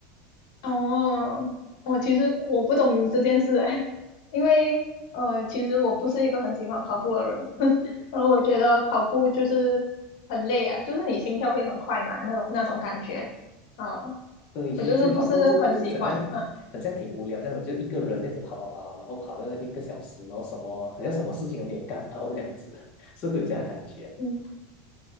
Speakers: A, on the left; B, on the left.
A: 哦，我其实我不懂你这件事诶，<laughs> 因为呃，其实我不是一个很喜欢跑步的人，<laughs> 然后我觉得跑步就是很累啊，就是你心跳会很快嘛，那种那种感觉，嗯，
B: 对，其实其实跑步就就很像，
A: 我就是不是很喜欢，嗯
B: 很像挺无聊这样子，就一个人这样子跑跑跑，然后跑了一个小时，然后什么好像什么事情都没有干到这样子，<laughs> 是会有这样的感觉。
A: 嗯，